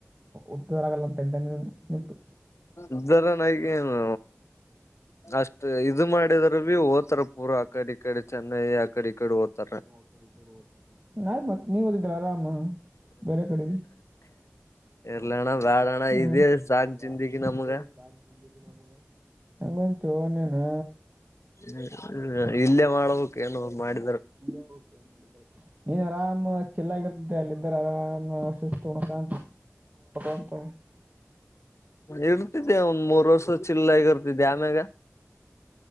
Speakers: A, on the right; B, on the left.
A: ಉದ್ದರ ಆಗಲ್ಲ ಅಂತಂತ ನಿಪು
B: ಇದರ ನಗೇನು ಅಷ್ಟ ಇದು ಮಾಡಿದ್ರ ಭೀ ಹೋತಾರ ಬೋರ್ಡ್ ಆಕ್ ಕಡೆ ಕಡೆ ಚೆನ್ನೈ ಆ ಕಡೆ ಇಡೆ ಹೋತರ
A: <unintelligible> ಅಯ್ತು ಮತ್ತೆ ನೀವದಿದ್ದ್ರ ಆರಾಮ ಬೇರೆ ಕಡೆ <unintelligible>
B: ಇರ್ಲಣ್ಣ ಬ್ಯಾಡಣ್ಣ ಇದೇ
A: ಮಲ್ಲಣ
B: ಸಾಕ್
A: ಬಾರಣ
B: ಜಿಂದಗಿ ನಮ್ಗ
A: ಈಗ ಸಾ <unintelligible> ನಂಗಂತು ನೀನಾ
B: ಹ್ಮ ಇಲ್ಲೇ ಮಾಡಬೇಕ್ ಏನೊಂದು ಮಾಡುದ್ರೆ
A: <unintelligible> ನೀ ಅರಾಮ್ <unintelligible> ಚೆಲ್ ಆಗತ್ತ ಅಲ್ಲಿದ್ರ ಆರಾಮ್ <unintelligible> ಅಂತ <unintelligible>
B: ಇರ್ತಿದ್ದೆ ಒಂದ್ ಮೂರ್ ವರ್ಷ ಚಿಲ್ಲಗ್ ಇರ್ತಿದ್ದೆ ಆಮ್ಯಾಗ